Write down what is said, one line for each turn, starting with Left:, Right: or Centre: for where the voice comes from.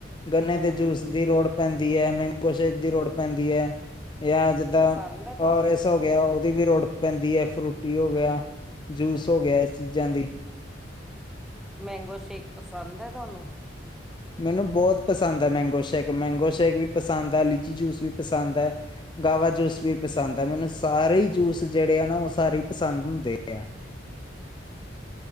Left: ਗੰਨੇ
Centre: ਹੂੰ
Left: ਦੇ ਜੂਸ ਦੀ ਰੋੜ ਪੈਂਦੀ ਹੈ, ਮੈਂਗੋ ਸ਼ੇਕ ਦੀ ਲੋੜ ਪੈਂਦੀ ਹੈ, ਜਾਂ ਜ
Centre: ਪਸੰਦ ਏ
Left: ਔਰ ਇਸਸ ਹੋ ਗਿਆ ਉਹਦੀ ਵੀ ਵੀ ਰੋੜ ਪੈਂਦੀ ਹੈ ਫਰੂਟੀ ਹੋ ਗਿਆ ਜੂਸ ਹੋ ਗਿਆ ਇਸ ਚੀਜ਼ਾਂ ਦੀ
Centre: ਮੈਂਗੋ ਸ਼ੇਕ ਪਸੰਦ ਹੈ ਤੁਹਾਨੂੰ
Left: ਮੈਨੂੰ ਬਹੁਤ ਪਸੰਦ ਹੈ ਮੈਂਗੋ ਸ਼ੇਕ ਮੈਂਗੋ ਸ਼ੇਕ ਵੀ ਪਸੰਦ ਆ ਲੀਚੀ ਜੂਸ ਵੀ ਪਸੰਦ ਹੈ ਗਾਵਾ ਜੂਸ
Centre: ਹੂੰ,
Left: ਵੀ ਪਸੰਦ ਹੈ ਮੈਨੂੰ ਸਾਰੇ ਹੀ ਜੂਸ ਜਿਹੜੇ ਆ ਨਾ ਉਹ ਸਾਰੇ ਪਸੰਦ ਹੁੰਦੇ ਆ।